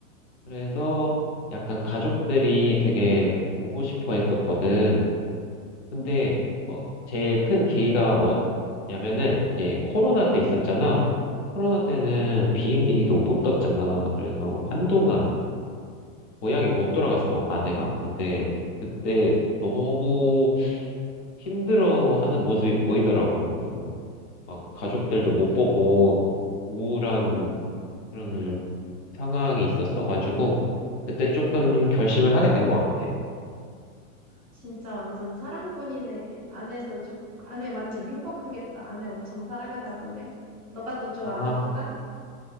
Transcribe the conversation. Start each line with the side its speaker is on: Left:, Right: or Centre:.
Left: 그래서 약간 가족들이 되게 보고 싶어 했었거든. 근데, 어, 제일 큰 계기가 뭐냐면은, 이제 코로나 때 있었잖아. 코로나 때는 비행기도 못 떴잖아. 그래서 한동안 고향에 못 돌아갔어, 아내가. 근데 그때 너무 힘들어하는 모습이 보이더라고. 그래서 막 가족들도 못 보고 우울한
Centre: 음,
Left: 그런 상황이 있었어가지고 그때 조금 결심을 하게 된 것 같아.
Centre: 진짜 완전 사랑꾼이네. 아내도 좋, 아내 완전 행복하겠다. 아내 엄청 사랑하나 보네. 너가 더 좋아하는구나?
Left: 아,